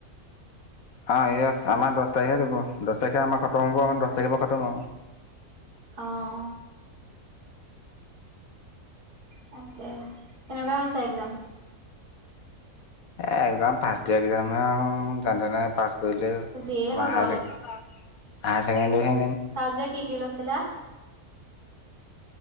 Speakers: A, on the left; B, on the right.
A: অ ইয়েছ, আমাৰ দছ তাৰিখে দিব, দছ তাৰিখে আমাৰ খতম হ'ব আমাৰ দছ তাৰিখ পুৰা খতম আৰু।
B: অ তাকে। কেনেকুৱা হৈছে একজাম?
A: এ একজাম ফাৰ্ষ্ট ইয়েৰ একাজাম হে আঔ যেন-তেনে পাছ কৰিলেই হ'ল,
B: যিয়েই
A: আমাৰ
B: হওঁক
A: হাই
B: আৰু।
A: চেক- হাই ছেকেণ্ডেৰীখিনি
B: চাবজেক্ট কি কি লছিলা?